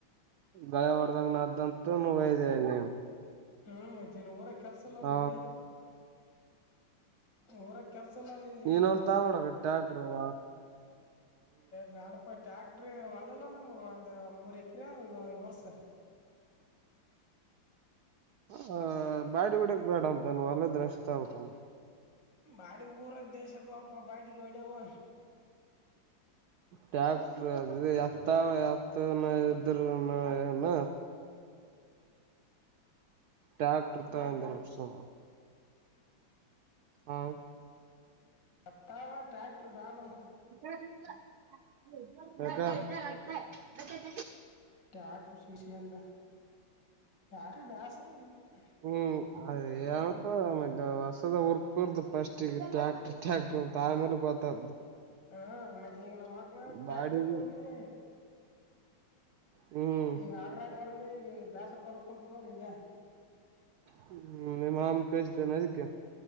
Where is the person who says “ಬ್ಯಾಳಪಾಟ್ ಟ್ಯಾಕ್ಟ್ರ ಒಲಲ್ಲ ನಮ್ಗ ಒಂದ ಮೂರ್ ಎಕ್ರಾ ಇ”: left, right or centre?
Left